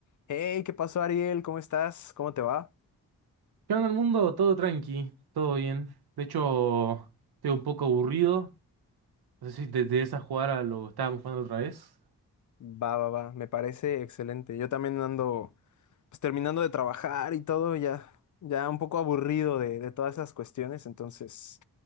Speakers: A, on the left (about 55°); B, on the right (about 80°).
A: Hey, ¿qué pasó, Ariel? ¿Cómo estás? ¿Cómo te va?
B: ¿Qué onda el mundo? Todo tranqui, todo bien. De hecho, estoy un poco aburrido. No sé si te interesa jugar a lo que estábamos jugando otra vez.
A: Va, va, va, me parece excelente. Yo también ando pues terminando de trabajar y todo, ya, ya un poco aburrido de, de todas esas cuestiones, entonces